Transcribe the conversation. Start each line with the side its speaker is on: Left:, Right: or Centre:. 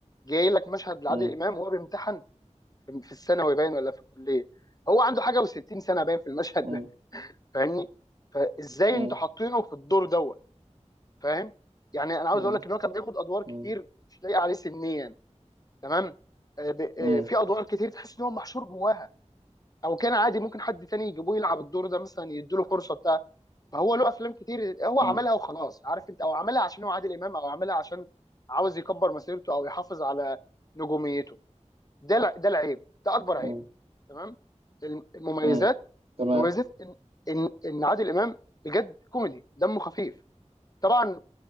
Left: جاي لك مشهد لعادل
Right: مم. مم. مم.
Left: امام وهو بيمتحن في الثانوي باين ولا في الكليه هو عنده حاجه و60 سنه باين في المشهد
Right: مم.
Left: ده فاهمني فازاي
Right: مم.
Left: انتوا
Right: مم.
Left: حاطينه في الدور دوت فاهم يعني انا عاوز
Right: مم.
Left: اقول لك ان هو كان بياخد ادوار كتير
Right: مم.
Left: مش لايقه عليه سنيا تمام آه، ب- آه،
Right: مم. مم.
Left: في ادوار كتير تحس ان هو محشور جواها او كان عادي ممكن حد تاني يجيبوه يلعب الدور ده مثلا يديله فرصه بتاع فهو له افلام كتير هو
Right: مم.
Left: عملها
Right: مم.
Left: وخلاص عارف انت او عملها عشان هو عادل امام او عملها عشان عاوز يكبر مسيرته او يحافظ على نجوميته ده الع- ده العيب ده اكبر عيب
Right: مم.
Left: تمام الم- المميزات
Right: مم. تمام
Left: مميزات ان ان ان عادل امام بجد كوميدي دمه خفيف طبعا